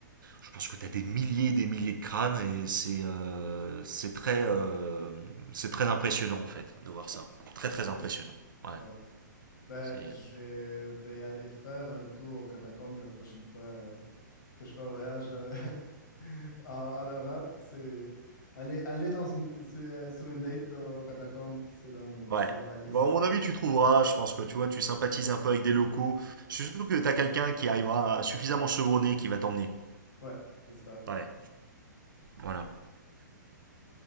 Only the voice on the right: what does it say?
je pense que t'as des milliers et des milliers de crânes. Et c'est euh, c'est très, euh, c'est très impressionnant, en fait, de voir ça. Très, très
impressionnant. Ouais.
C'est
euh,
Ouais.
Bon, à mon avis, tu trouveras. Je pense que tu vois, tu sympathises un peu avec des locaux. Je suis sûr que t'as quelqu'un qui arrivera suffisamment chevronné qui va t'emmener.
Ouais. Voilà.